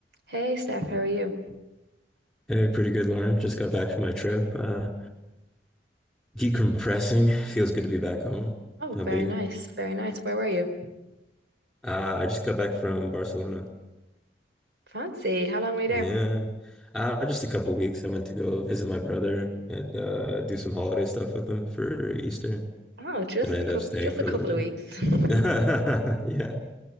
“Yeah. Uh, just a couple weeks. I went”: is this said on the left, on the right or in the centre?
Centre